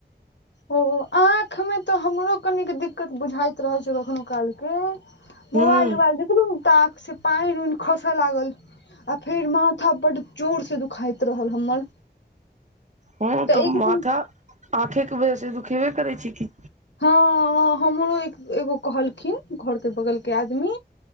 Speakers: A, on the left; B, on the right.
A: ओ आँखि मे तऽ हमरो कनिक दिक्कत बुझाइत रहैत छै कखनो कालके मोबाइल
B: हूँ
A: उबाइल देखलु तऽ आंख से पानि उनि खसे लागल आ फेर माथा बड जोर से दुखाइत रहल हमर
B: हू तऽ
A: एक
B: माथा
A: दिन
B: आँखे के वजह से दुखेबे करै छी क
A: हँ ह हमरो एगो कहलखिन घरके बगल के आदमी